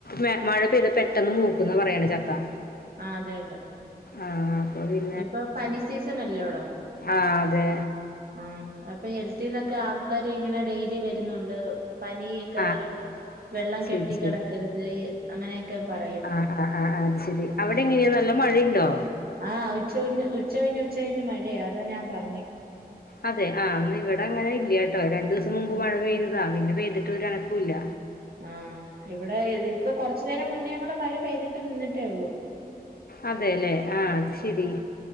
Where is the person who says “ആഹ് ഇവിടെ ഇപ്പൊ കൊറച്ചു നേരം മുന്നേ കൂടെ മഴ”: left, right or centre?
Right